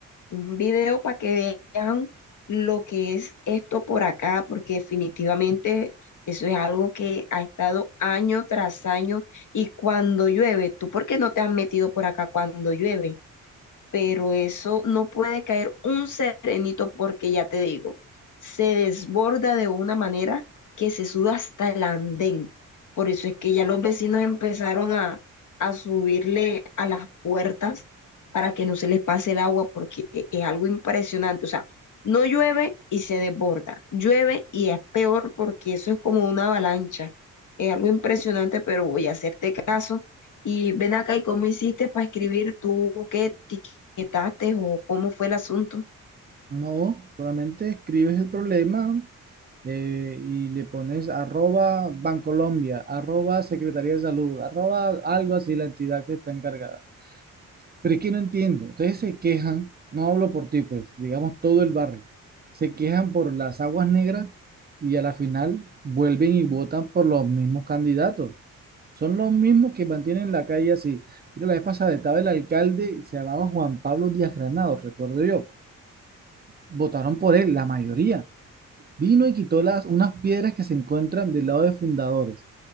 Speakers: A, on the left; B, on the right.
A: un video para que vean lo que es esto por acá, porque definitivamente eso es algo que ha estado año tras año y cuando llueve, ¿tú por qué no te has metido por acá cuando llueve? pero eso no puede caer un serenito porque ya te digo, se desborda de una manera que se sube hasta el andén. Por eso es que ya los vecinos empezaron a, a subirle a las puertas para que no se les pase el agua porque es algo impresionante. O sea, no llueve y se desborda, llueve y es peor porque eso es como una avalancha. Es algo impresionante, pero voy a hacerte caso. Y ven acá, ¿y cómo hiciste para escribir tú qué etates o cómo fue el asunto.
B: No, solamente escribes el problema eh, y le pones arroba Bancolombia, arroba Secretaría de Salud, arroba algo así la entidad que está encargada. Pero es que no entiendo. Ustedes se quejan, no hablo por ti, pues, digamos todo el barrio, se quejan por las aguas negras y a la final vuelven y votan por los mismos candidatos. Son los mismos que mantienen la calle así. Mira, la vez pasada estaba el alcalde, se llamaba Juan Pablo Díaz Granados, recuerdo yo. Votaron por él, la mayoría. Vino y quitó las, unas piedras que se encuentran del lado de Fundadores